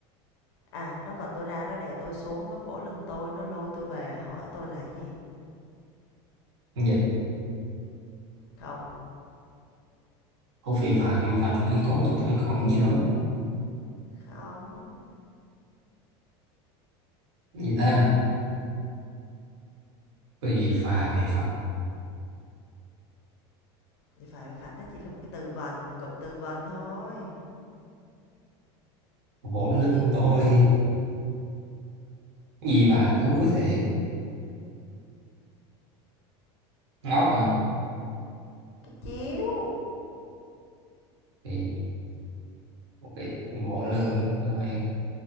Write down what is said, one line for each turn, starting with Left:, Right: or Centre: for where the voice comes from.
Left: à nó vật tôi ra nó đè tôi xuống nó vỗ lưng tôi nó lôi tôi về hỏi tôi là cái gì
Right: Con dịch
Left: không
Right: ô phì phà phì phạch lấy con dịch thôi còn cái gì nữa
Left: không
Right: Cái gì ta phì phà phì phạch
Left: Vậy phải phạt nó chỉ là một cái từ vần, cụm từ vần thôi.
Right: vỗ lưng tôi Cái gì bà tôi không biết thiệt ngốc hả
Left: Cái chiếu,
Right: thì ok bộ lương đúng em